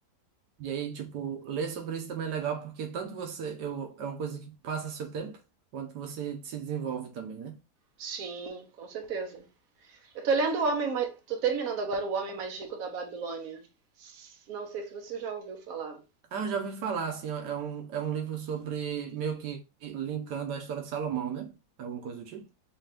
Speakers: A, on the right; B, on the right.
A: E aí, tipo, ler sobre isso também é legal, porque tanto você, eu, é uma coisa que passa seu tempo, quanto você se desenvolve também, né?
B: sim, com certeza. Eu tô lendo o Homem, Ma- tô terminando agora O Homem Mais Rico da Babilônia. Não sei se você já ouviu falar.
A: Ah, eu já ouvi falar, assim, é um, é um livro sobre, meio que linkando a história de Salomão, né? Alguma coisa do tipo.